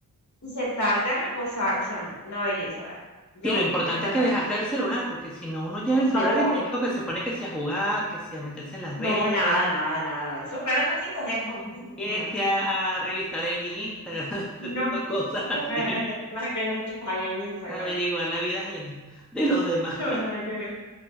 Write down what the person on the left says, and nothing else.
Y sentarte a reposar, o sea, no, una belleza. la- verdad. Yo
encantadísima.
Por
favor.
No,
nada, nada, nada. Esos planes se hacen con eso. <laughs>
No.
<laughs>
La gente nunca falla en Instagram.
No, nada que ver.